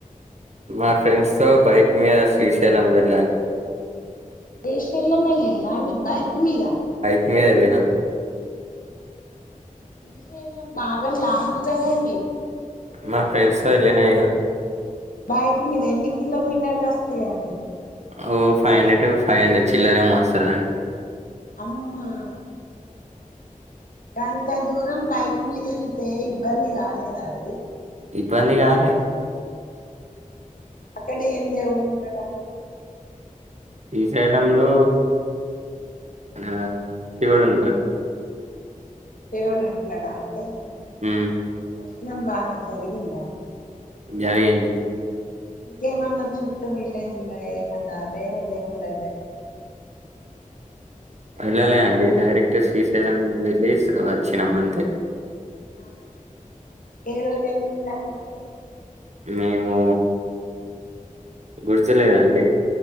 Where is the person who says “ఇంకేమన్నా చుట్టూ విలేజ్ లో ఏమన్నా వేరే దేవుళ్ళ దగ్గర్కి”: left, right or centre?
Left